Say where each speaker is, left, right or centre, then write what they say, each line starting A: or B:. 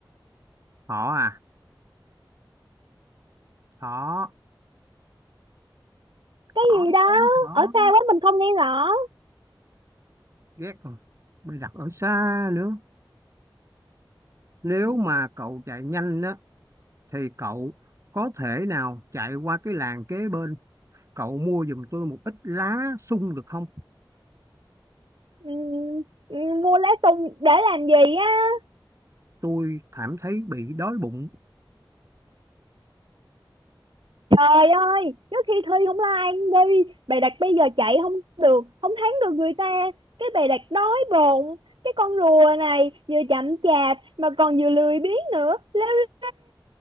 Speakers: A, on the right; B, on the right.
A: thỏ à thỏ
B: cái
A: thỏ
B: gì đó
A: ơi thỏ
B: ở xa quá mình không nghe rõ
A: ghét rồi mày đặt ở xa nữa nếu mà cậu chạy nhanh á thì cậu có thể nào chạy qua cái làng kế bên cậu mua giùm tôi một ít lá sung được không
B: ừ, ừ, mua lá sung để làm gì á
A: tôi cảm thấy bị đói bụng
B: trời ơi trước khi thi không like đi bày đặt bây giờ chạy không được không thắng được người ta cái bày đặt đói bụng cái con rùa này vừa chậm chạp mà còn vừa lười biếng nữa Leo-